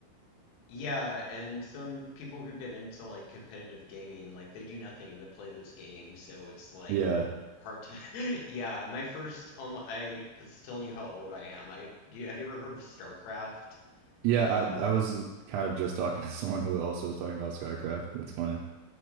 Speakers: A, on the left (about 75°); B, on the right (about 80°).
A: Yeah, and some people who get into like competitive gaming, like they do nothing but play those games, so it's like
B: Yeah.
A: hard to. <laughs> Yeah, my first online, I was telling you how old I am. I you, have you ever heard of StarCraft?
B: Yeah, I
A: Uh,
B: I was kind of just talking <laughs> to someone who also was talking about SkyCraft. That's funny.